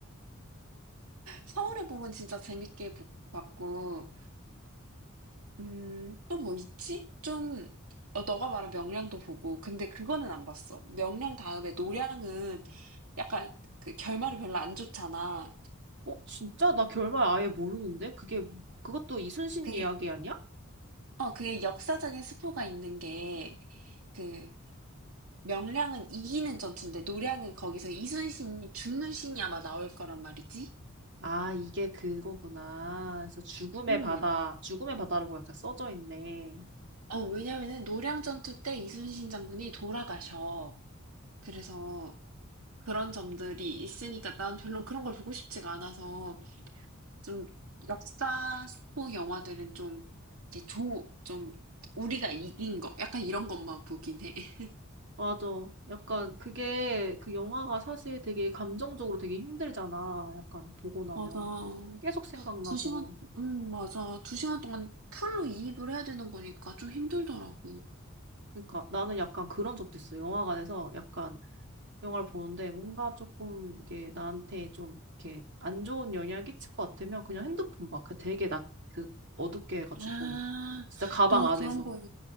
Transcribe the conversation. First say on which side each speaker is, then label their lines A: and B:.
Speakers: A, on the right; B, on the right.
A: 서울의 봄은 진짜 재밌게 보- 봤고, 음. 또 뭐 있지? 좀 어 너가 말한 명량도 보고 근데 그거는 안 봤어. 명량 다음에 노량은 약간 그 결말이 별로 안 좋잖아.
B: 어, 진짜? 나 결말 아예 모르는데? 그게, 그것도 이순신
A: 그게
B: 이야기 아니야?
A: 어 그게 역사적인 스포가 있는 게 그 명량은 이기는 전투인데 노량은 거기서 이순신이 죽는 신이 아마 나올 거란 말이지.
B: 아, 이게 그거구나. 그래서 죽음의
A: 음.
B: 바다, 죽음의 바다라고 약간 써져 있네.
A: 어 왜냐면은 노량 전투 때 이순신 장군이 돌아가셔. 그래서 그런 점들이 있으니까 난 별로 그런 걸 보고 싶지가 않아서 좀 역사 스포 영화들은 좀 이렇게 조, 좀 우리가 이긴 거 약간 이런 것만 보긴 해. <laughs>
B: 맞아. 약간 그게 그 영화가 사실 되게 감정적으로 되게 힘들잖아. 약간 보고 나면
A: 맞아.
B: 계속 생각나고.
A: 두 시간, 음, 맞아. 두 시간 동안 풀로 이입을 해야 되는 거니까 좀 힘들더라고.
B: 그러니까 나는 약간 그런 적도 있어. 영화관에서 약간 영화를 보는데 뭔가 조금 이게 나한테 좀 이렇게 안 좋은 영향을 끼칠 것 같으면 그냥 핸드폰 봐. 그 되게 낮 그 어둡게 해가지고
A: 아,
B: 진짜 가방
A: 너도
B: 안에서.
A: 그런 거에.